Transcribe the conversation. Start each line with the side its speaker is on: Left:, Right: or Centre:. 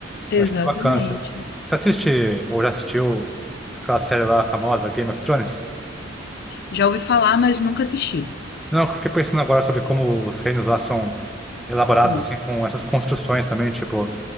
Left: Exatamente.
Centre: Eu acho bem bacana. isso. Você assiste ou já assistiu aquela série lá famosa, Game of Thrones?
Left: Já ouvi falar, mas nunca assisti.
Centre: Não, eu fiquei pensando agora sobre como os reinos lá são elaborados,
Left: Hum.
Centre: assim, com essas construções também, tipo